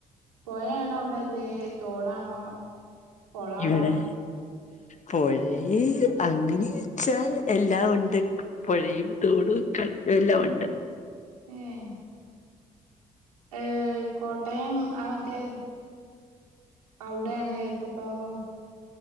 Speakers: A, on the right; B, on the left.
A: പോയേണോ അവ്ടെല്ലേ തോടാണോ കൊളാണോ
B: എവിടെ. പുഴേ അങ്ങനെ ച്ചാല് എല്ലാം ഉണ്ട് പുഴയും തോടും ക്കെ എല്ലാം ഉണ്ട്.
A: ഏഹ് ഏഹ് കോട്ടയം ആ മറ്റേ അവിടെയാണ് എത്തപ്പ ആഹ്